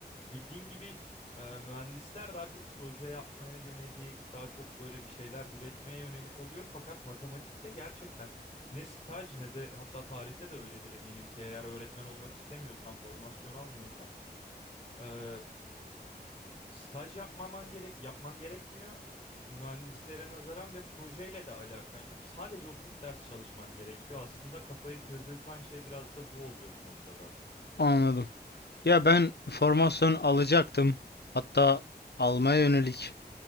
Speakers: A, on the left; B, on the left.
A: Bildiğin gibi e, mühendisler daha çok proje yapmaya yönelik, daha çok böyle bir şeyler üretmeye yönelik oluyor. Fakat matematikte gerçekten ne staj ne de hatta tarihte de öyledir eminim ki eğer öğretmen olmak istemiyorsan, formasyon almıyorsan e, Staj yapmaman gerek yapman gerekmiyor. Mühendislere nazaran ve projeyle de alakan yok. Sadece oturup ders çalışman gerekiyor. Aslında kafayı kırdırtan şey biraz da bu oluyor bu noktada.
B: Anladım. Ya ben formasyon alacaktım. Hatta almaya yönelik